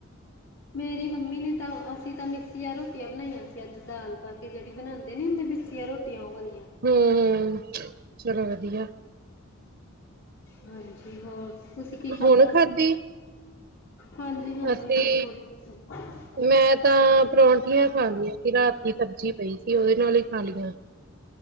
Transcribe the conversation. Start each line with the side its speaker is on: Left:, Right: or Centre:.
Left: ਮੇਰੀ ਮੰਮੀ ਨੇ ਤਾਂ ਅਸੀਂ ਤਾਂ ਮਿੱਸੀਆਂ ਰੋਟੀਆਂ ਬਣਾਈਆਂ ਸੀ ਅੱਜ ਦਾਲ ਪਾ ਤੇ ਕੇ ਜੇੜੀ ਬਣਾਂਦੇ ਨੀ ਹੁੰਦੇ ਮਿੱਸੀਆਂ ਰੋਟੀਆਂ ਓ ਵਾਲੀਆਂ।
Right: ਹੂੰ-ਹੂੰ ਚਲੋ ਵਧੀਆ।
Left: ਹਾਂਜੀ ਹੋਰ ਤੁਸੀਂ ਕੀ ਖਾਧਾ?
Right: ਹੁਣ ਖਾਧੀ
Left: ਹਾਂਜੀ-ਹਾਂਜੀ
Right: ਅਸੀਂ
Left: ਹੁਣ ਥੋੜ੍ਹੀ <unintelligible>
Right: ਮੈਂ ਤਾਂ ਪਰੌਂਠੀਆਂ ਖਾ ਲਈਆਂ ਸੀ ਰਾਤ ਦੀ ਸਬਜ਼ੀ ਪਈ ਸੀ ਓਦੇ ਨਾਲ ਈ ਖਾ ਲੀਆਂ।